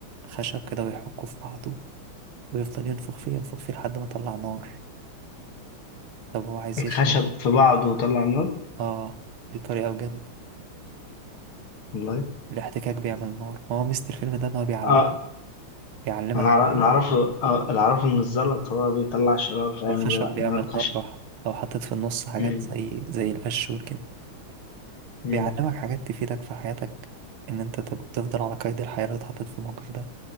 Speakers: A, on the right; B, on the left.
A: الخشب كده ويحكه في بعضه ويفضل ينفخ فيه ينفخ فيه لحد ما طلع نار طب هو عايز
B: الخشب
A: يشرب
B: في بعضه وطلع نار
A: اه دي طريقة بجد
B: والله
A: الاحتكاك بيعمل نار ما هو ميزة الفيلم ده ان هو بيعلم
B: اه
A: بيعلمك
B: انا
A: حاجات
B: أعرف- اللي اعرفه آه، اللي اعرفه ان الزلط هو بيطلع شرار فاهم
A: والخشب
B: لا
A: بيعمل
B: نار الخشب
A: نار لوحده لو حطيت في النص حاجات
B: امم
A: زي زي القش والكده
B: امم
A: بيعلمك حاجات تفيدك في حياتك ان انت تب- تفضل على قيد الحياة لو اتحطيت في الموقف ده